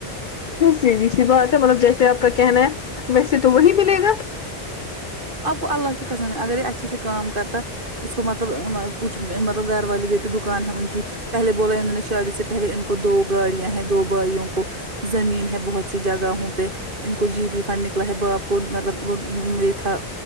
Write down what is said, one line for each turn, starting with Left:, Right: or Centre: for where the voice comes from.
Left: سیدھی سی بات ہے مطلب جیسے آپ کا کہنا ہے ویسے تو وہی ملے گا
Right: آپ کو اللہ کی قسم میں اگر یہ اچھے سے کام کرتا اس کو مطلب کچھ مطلب گھر والے دیتے دکان ہے ان کی پہلے بولا انہوں نے شادی سے پہلے ان کو دو گاڑیاں ہیں دو بھائیوں کو زمین ہے بہت سی جگہوں پہ ان کو جی پی فنڈ نکلا ہے باپ کو مطلب تھا